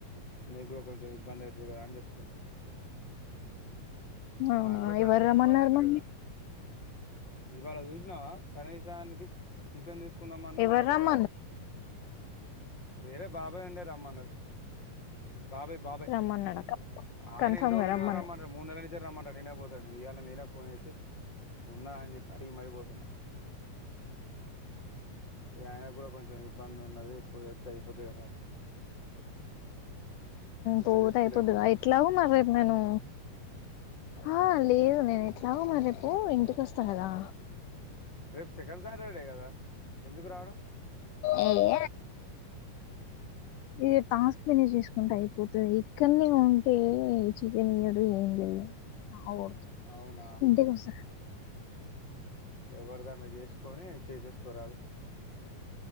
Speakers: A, on the left; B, on the left.
A: నీ కూడా కొంచెం ఇబ్బంది అవుతుంది కదా అని చెప్తుడు
B: అవునా
A: నా కూడా ఖర్చులోకి
B: ఎవరు రమ్మన్నారు
A: ఇబ్బంది అయితలేదా
B: మరి
A: ఇవాళ చూసినావా కనీసానికి చికెన్ తీసుకుందాం అన్న
B: ఎవరు
A: నా దగ్గర
B: రమ్మన్నారు
A: వేరే బాబాయ్ ఉండే రమ్మన్నాడు బాబాయి బాబాయీ
B: రమ్మన్నాడా
A: ఆయన
B: కన్ఫర్మ్
A: ఎన్ని రోజుల
B: గా
A: నుంచి
B: రమ్మన్నా
A: రమ్మంటే మూడు నెలల నుంచి రమ్మనాడు నేనే పోతలేను ఇయ్యా నేనే ఫోన్ చేసి ఉన్నా అని చెప్పి అడిగి మారి పోతున్నా ఆయన కూడా కొంచెం ఇబ్బంది ఉన్నది పోయి వస్తె అయిపోతది కదా పాప
B: పోత
A: రిస్క్
B: అయిపోదు
A: లేకుండా
B: ఎట్లా మరి రేపు నేను ఆ లేదు నేను ఎట్లాగ మ రేపు ఇంటికి వస్తా కదా
A: రేపు సెకన్ సాటర్డే కదా ఎందుకు రావడం
B: అవు ఇది టాస్క్ వినే చూసుకుంటే అయిపోతుంది ఇక్కడనే ఉంటే చికెన్ ఇయడు ఏం లేదు ఆతు
A: అవునా
B: ఇంటస
A: ఎవరిదైనా చేసుకొని చేసేసుకోరాాలి